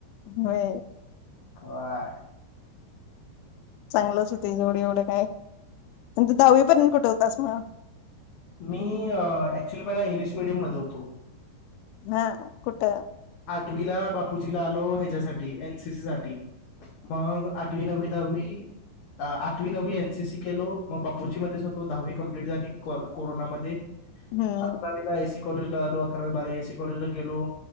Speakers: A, on the left; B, on the left.
A: होय.
B: होय.
A: चांगलंच होत जवढ एवढं काय प दहावी पर्यंत कुठे होतास मग.
B: मी ऍक्च्युली पहिला इंग्लिश मिडियममध्ये होतो.
A: हा कुठं.
B: वीला बापूजी ला आलो ह्याच्यासाठी एन सीसी साठी. मगं, आठवी नववी दहावी आठवी नववी एनसीसी केलो, मग बापूजी मध्येच होतो दहावी कंप्लीट झाली कॉ कोरोनामध्ये,
A: हम्म
B: <inaudible> कॉलेजला आलो अकरावी बारा एससी कॉलेजला गेलो